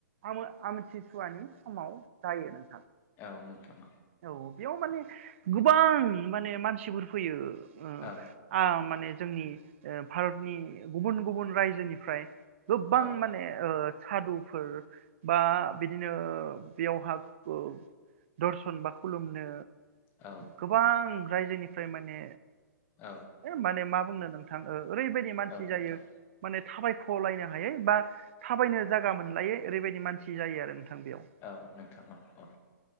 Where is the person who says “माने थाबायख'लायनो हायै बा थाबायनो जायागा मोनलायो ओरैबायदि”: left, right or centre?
Right